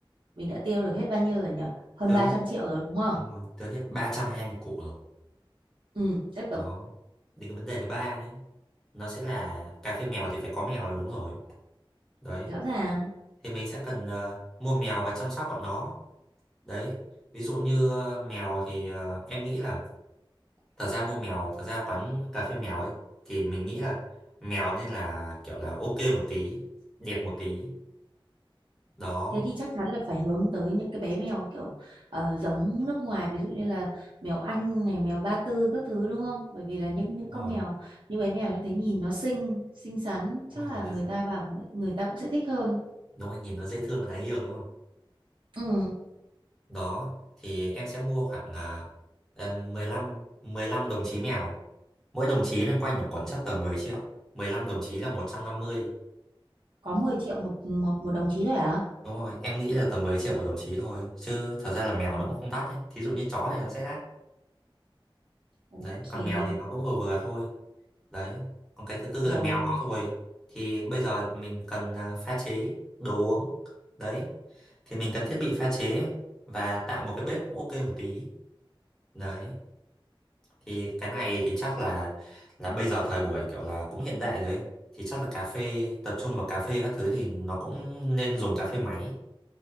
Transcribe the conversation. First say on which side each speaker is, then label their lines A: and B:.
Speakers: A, on the right; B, in the centre.
A: mình đã tiêu được hết bao nhiêu rồi nhỉ? Hơn
B: tiêu
A: ba
B: hết
A: trăm triệu rồi đúng không?
B: đúng rồi, tiêu hết 320 củ rồi
A: Ừ, tiếp tục.
B: đó đến cái vấn đề thứ ba đấy nó sẽ là cà phê mèo thì phải có mèo là đúng rồi đấy
A: Rõ ràng,
B: thì mình sẽ cần ờ, mua mèo và chăm sóc bọn nó đấy ví dụ như ờ, mèo thì ờ, em nghĩ là thật ra mua mèo thật ra quán cà phê mèo ấy thì mình nghĩ là mèo nên là kiểu là ok một tí đẹp một tí đó
A: thế thì chắc chắn là phải hướng tới những cái bé mèo kiểu ờ, giống nước ngoài ví dụ như là mèo Anh này, mèo Ba Tư các thứ đúng không? Bởi vì là những những
B: đúng
A: con
B: rồi
A: mèo như bé mèo như thế nhìn nó xinh, xinh xắn, chắc
B: đúng rồi
A: là
B: nhìn
A: người
B: nó,
A: ta vào cũng- người ta cũng sẽ thích hơn.
B: đúng rồi nhìn nó dễ thương và đáng yêu đúng không
A: Ừ,
B: đó thì em sẽ mua khoảng à, em 15 15 đồng chí mèo mỗi đồng chí loanh quanh là khoảng chắc tầm 10 triệu 15 đồng chí là 150
A: có 10 triệu một một một đồng chí thôi hả?
B: đúng rồi em nghĩ là tầm 10 triệu một đồng chí thôi chứ thật ra là mèo
A: Ừ,
B: nó cũng không đắt đấy thí dụ như chó thì nó sẽ đắt
A: ok,
B: đấy còn mèo thì nó cũng vừa vừa thôi đấy còn cái thứ tư
A: rồi.
B: là mèo có rồi thì bây giờ mình cần à, pha chế đồ uống đấy thì mình cần thiết bị pha chế và tạo một cái bếp cũng ok một tí đấy thì cái này thì chắc là là bây giờ thời buổi kiểu là cũng hiện đại rồi ấy. thì chắc là cà phê tập trung vào cà phê các thứ thì nó cũng nên dùng cà phê máy